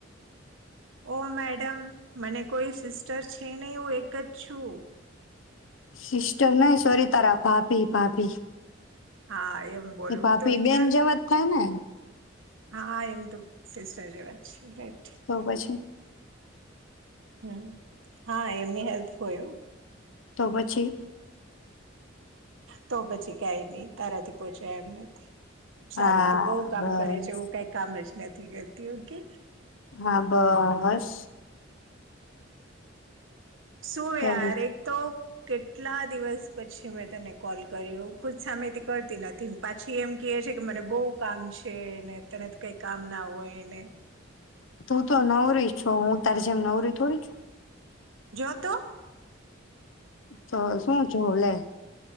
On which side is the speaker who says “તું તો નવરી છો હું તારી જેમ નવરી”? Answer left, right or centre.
Left